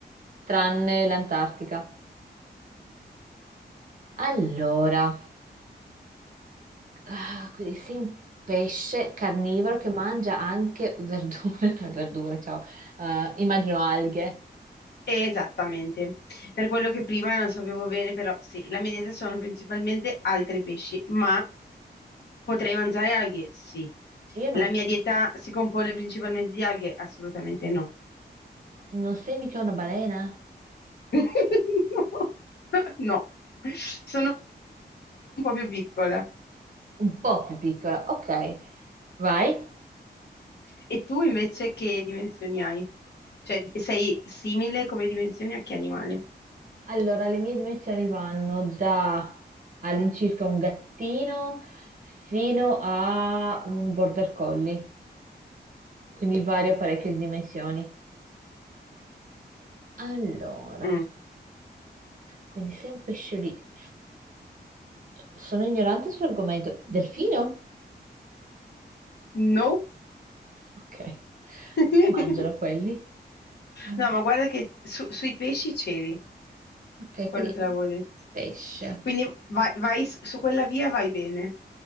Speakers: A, on the right (about 50°); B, on the left (about 75°).
A: tranne l'Antartica. Allora, ah, quindi sei un pesce carnivoro che mangia anche verdure, <laughs> verdure, ciao. Eh, immagino alghe.
B: Esattamente. Per quello che prima non sapevo bene, però sì, la mia dieta sono principalmente altri pesci, ma potrei mangiare alghe? Sì.
A: Io non,
B: La mia dieta si compone principalmente di alghe? Assolutamente no.
A: non sei mica una balena?
B: <laughs> No, sono un po' più piccole.
A: Un po' più piccola, ok, vai.
B: E tu invece che dimensioni hai? Cioè, sei simile come dimensioni a che animale?
A: Allora, le mie dimensioni vanno da all'incirca un gattino fino a un border collie, quindi vario parecchie dimensioni. Allora,
B: Mm.
A: quindi sei un pesciolino. Sono ignorante sull'argomento. Delfino?
B: Nope.
A: Ok.
B: <laughs>
A: Cosa mangiano quelli? Ah,
B: No, ma guarda che su- sui pesci c'eri,
A: Ok,
B: quello
A: quindi
B: te
A: è
B: l'avevo
A: un
B: detto.
A: pesce.
B: Quindi vai, vai su su quella via, vai bene.